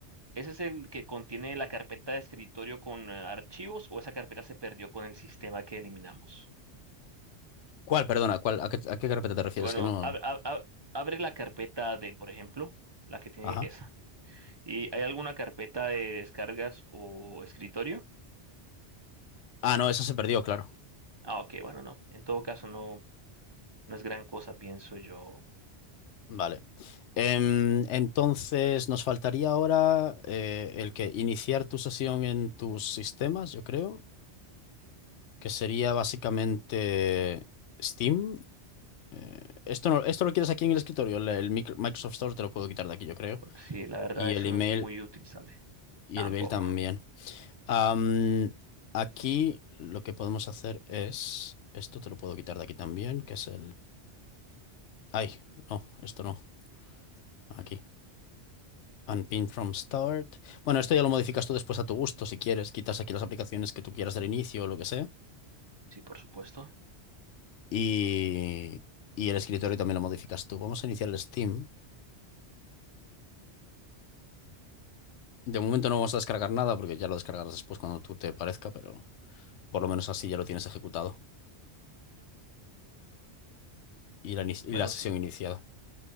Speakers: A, on the right; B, on the left.
A: ¿Ese es el que contiene la carpeta de escritorio con eh, archivos o esa carpeta se perdió con el sistema que eliminamos?
B: ¿Cuál? Perdona, ¿cuál? ¿A qué, a qué carpeta te refieres?
A: Bueno,
B: Que no.
A: ab- ab- ab- abre la carpeta de, por ejemplo, la que tiene
B: Ajá.
A: esa. ¿Y hay alguna carpeta de descargas o escritorio?
B: Ah, no, esa se perdió, claro.
A: Ah, ok, bueno, no. En todo caso, no, no es gran cosa, pienso yo.
B: Vale. Em, entonces, nos faltaría ahora eh, el que iniciar tu sesión en tus sistemas, yo creo, que sería básicamente Steam. Eh, esto no, esto lo quieres aquí en el escritorio. El, el micro- Microsoft Store te lo puedo quitar de aquí, yo creo.
A: Bueno, Sí, la verdad,
B: Y
A: eso
B: el email,
A: no es muy utilizable.
B: y
A: Tampoco.
B: el email también. Am, aquí lo que podemos hacer es. Esto te lo puedo quitar de aquí también, que es el. Ay, no, esto no. Aquí. Unpin from start. Bueno, esto ya lo modificas tú después a tu gusto, si quieres. Quitas aquí las aplicaciones que tú quieras del inicio o lo que sea.
A: Sí, por supuesto.
B: Y, y el escritorio también lo modificas tú. Vamos a iniciar el Steam. De momento no vamos a descargar nada porque ya lo descargarás después cuando tú te parezca, pero por lo menos así ya lo tienes ejecutado y la, ini- y
A: Bueno,
B: la sesión
A: sí,
B: iniciada.